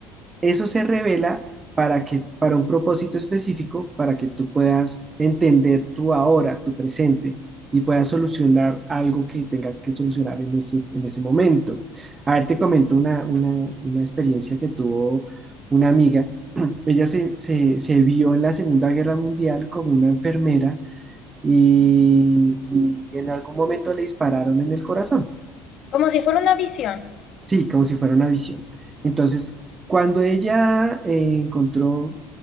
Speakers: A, on the right; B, on the left.
A: eso se revela para que, para un propósito específico, para que tú puedas entender tu ahora, tu presente, y puedas solucionar algo que tengas que solucionar en ese, en ese momento. A ver, te comento una, una, una experiencia que tuvo una amiga. Ella se, se, se vio en la Segunda Guerra Mundial como una enfermera y, y en algún momento le dispararon en el corazón,
B: Como si fuera una visión.
A: sí, como si fuera una visión. Entonces, cuando ella eh, encontró,